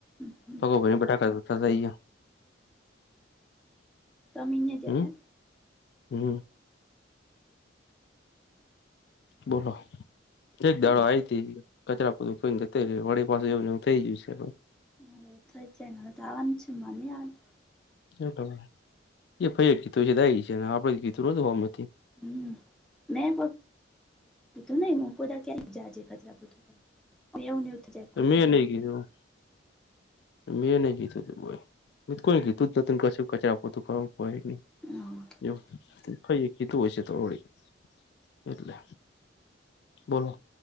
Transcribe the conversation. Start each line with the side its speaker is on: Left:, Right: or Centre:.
Centre: એમ
Left: તબ્બો ભરીન બટાકા <unintelligible> ગ્યા.
Centre: તમેં નહિ જમ્યા?
Left: હમ હમ બોલો, એક દાડો
Centre: તા
Left: આઈતી. કચરા પોતું કરીન જતી રઈ વડી પાસુ એવુંન એવું થઈ જયું સ હવ.
Centre: હ થઈ જાયન હવે તો આવાની છે ન હં નઈ આવાની.
Left: કયો તમે. એ ફઈએ કીધું હશે તે આયી હશે. આપડે કીધું નતું હોમેથી.
Centre: હમ મે <unintelligible> કીધું નહી મને કોઈ દાડે ક્યારે. જાજે કચરા પોતું, <unintelligible> અને એવુંન એવું થઈ જાય કોટું
Left: મેં
Centre: જા.
Left: નઈ કીધું મેં નહી કીધું તું બય મે ત કોઈ કીધુંજ ન કશું કચરા પોતું કરવા કોય નહી
Centre: હમ
Left: એવ ફઈએ કીધું હશે તો વળી એટલે. બોલો